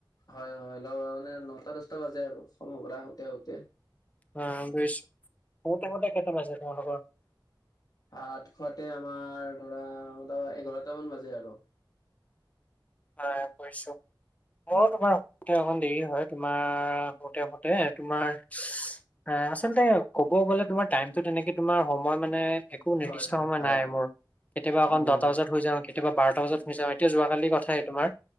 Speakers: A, on the left; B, on the left.
A: হয় হয় ল মানে নটা দচটা বাজে আৰু কামৰ পৰা আহোতে আহোতে।
B: ও বুইছো শুতে শুতে কেইটা বাজে তোমালোকৰ?
A: ভাত খোৱাতে আমাৰ ধৰা এঘাৰটামান বাজে আৰু
B: হয় কৈছে। মোৰ তোমাৰ শুতে অকণ দেৰি হয় তোমাৰ শুতে শুতে তোমাৰ অ' আচলতে ক'ব গ'লে তোমাৰ টাইমটো তেনেকে তোমাৰ সময় মানে একো নিৰ্দিষ্ট
A: হয় হয়
B: সময়
A: হয়
B: নাই
A: হয়
B: মোৰ কেতিয়াবা অকণ
A: উম
B: দহটা বজাত শুই যাওঁ কেতিয়াবা বাৰটা বজাত শুই যাওঁ এতিয়া যোৱাকালি কথাই তোমাৰ